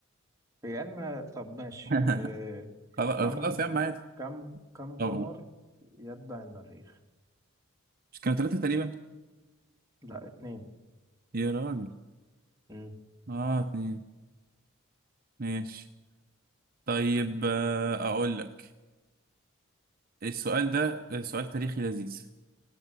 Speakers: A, on the right (about 15°); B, on the right (about 40°).
A: يعني ما طب ماشي
B: <laughs>
A: إيه...
B: خلاص
A: كم
B: خلاص يا عم عادي
A: كم كم قمر
B: طب قول
A: يتبع المريخ
B: مش كانوا ثلاثة تقريبا
A: لا اتنين
B: يا راجل
A: مم.
B: اه اتنين ماشي طيب آه، أقول لك السؤال ده سؤال تاريخي لذيذ